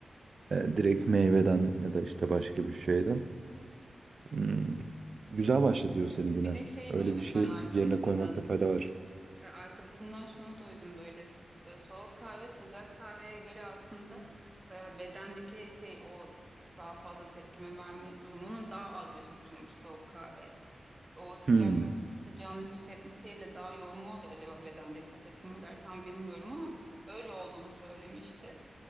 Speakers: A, on the right; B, on the right.
A: E, direkt meyveden ya da işte başka bir şeyden. Hmm, güzel başlatıyor seni güne.
B: Bir de şey
A: Öyle
B: duydum
A: bir şey
B: ben arkadaşımdan.
A: yerine koymakta fayda var.
B: E, Arkadaşımdan şunu duydum böyle s- e, soğuk kahve sıcak kahveye göre aslında e, bedendeki şey o daha fazla tepkime verme durumunun daha az yaşatıyormuş soğuk kahve. O sıcak
A: Hmm,
B: sıcağın nüfuz etmesiyle daha yoğun mu oluyor acaba bedendeki o tepkimeler tam bilmiyorum ama öyle olduğunu söylemişti.